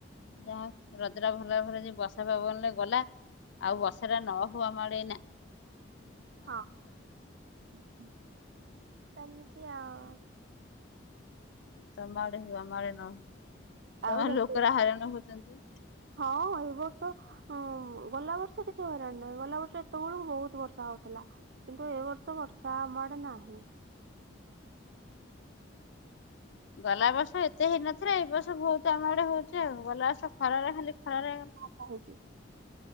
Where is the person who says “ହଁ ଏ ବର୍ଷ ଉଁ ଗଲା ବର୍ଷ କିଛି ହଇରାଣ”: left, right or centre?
Right